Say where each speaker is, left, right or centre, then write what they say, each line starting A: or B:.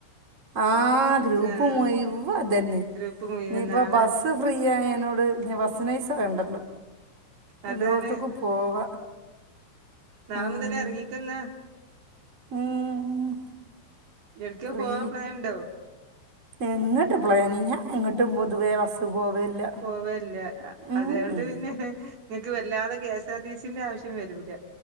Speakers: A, on the right; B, on the right.
A: ആഹ് ഗ്രൂപ്പ്
B: ആഹ്
A: മുയിവ അതന്നെ
B: ഗ്രൂപ്പ് മുഴുവൻ
A: എനയിപ്പ
B: നാളെ
A: ബസ് ഫ്രീ ആയ യ്നോട് ബസ്സിനൈസ വേണ്ടല്ലോ.
B: അതാണ്
A: എല്ലോടത്തേക്കും പോവാ
B: നാളെ
A: ഉം
B: മുതലേ ഇറങ്ങിക്കോന്ന.
A: ഉം
B: എടക്കോ
A: ഫ്രീ
B: പോവാൻ പ്ലാൻ ഉണ്ടോ?
A: എങ്ങോട്ട് പ്ലാനിങ്ങ എങ്ങോട്ടും പൊതുവേ ബസ് പോവില്ല
B: പോവേലില്ല
A: ഉം
B: അതെയോണ്ട്
A: ഉം
B: പിന്നെ നിങ്ങൾക്ക് വല്ലാതെ കെ എസ് ആർ ടി സിന്റെ ആവശ്യം വരൂല.